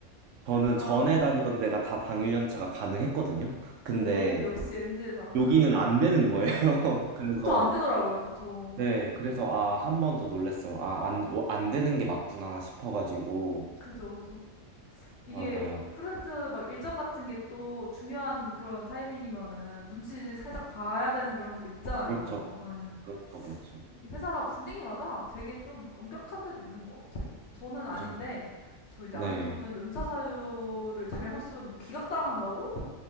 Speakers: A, on the right (about 75°); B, on the left (about 60°).
A: 저는
B: 약간
A: 전에 다니던 데가 다 당일 연차가 가능했거든요. 근데
B: 오 역시 MZ 회사
A: 여기는 안 되는 거예요. <laughs> 그래서
B: 보통 안 되더라고요 보통
A: 네, 그래서 아, 한 번 더 놀랬어요. 아, 안, 어, 안 되는 게 맞구나 싶어가지고.
B: 그죠 그죠
A: 맞아요.
B: 이게 프로젝트 막 일정 같은 게 또 중요한 그런 타이밍이면은 눈치 살짝 봐야 되는 그런 것도 있잖아요.
A: 그렇죠.
B: 에휴,
A: 그렇죠. 그렇죠.
B: 이게 회사 분위기마다 되게 좀 엄격한 데도 있는 것 같아요. 저는
A: 맞아요.
B: 아닌데 저 이제
A: 네.
B: 아는 분은 연차 사유를 잘못 쓰면 뭐 기각당한다고